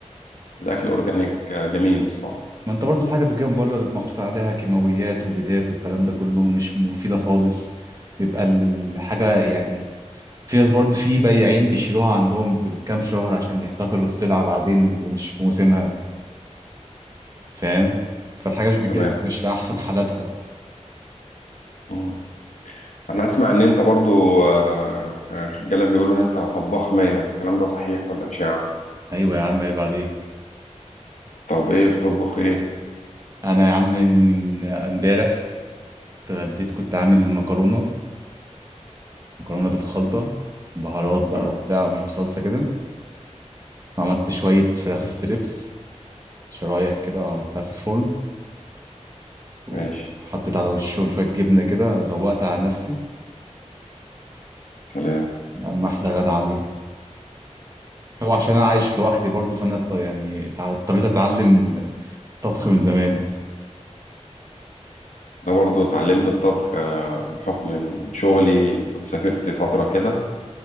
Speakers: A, on the left; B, on the right.
A: الاكل اورجانيك آه، جميل بصراحه
B: ما انت برضو الحاجة بتجيب من بره بيبقى محطوط عليها كيماويات وبيدات والكلام ده كله مش مفيدة خالص بيبقى ال- الحاجة يعني في ناس برضو في بياعين بيشيلوها عندهم بالكام شهر عشان يحتكروا السلعة بعدين اللي مش في موسمها فاهم
A: مم.
B: فالحاجة مش بتجيلك
A: تمام
B: مش في أحسن حالاتها
A: مم. انا اسمع ان انت برضو آه، كان الرجاله بيقولوا ان انت طباخ ماهر الكلام ده صحيح ولا اشاعه
B: أيوة يا عم عيب عليك
A: طب ايه بتطبخ ايه
B: أنا يا عم من امبارح اتغديت كنت عامل مكرونة مكرونة بالخلطة
A: مم.
B: بهارات بقى
A: تمام
B: وبتاع ومش بصلصة كده وعملت شوية فراخ ستريبس شرايح كده وعملتها في الفرن وحطيت
A: ماشي
B: على وشهم شوية جبنة كده روقت على نفسي
A: سلام
B: يا عم أحلى غدا عليه هو عشان أنا عايش لوحدي برضه فأنا ط- يعني تع- اضطريت أتعلم طبخ من زمان
A: انا برضو اتعلمت الطبخ آه، بحكم من شغلي كنت سافرت فتره كده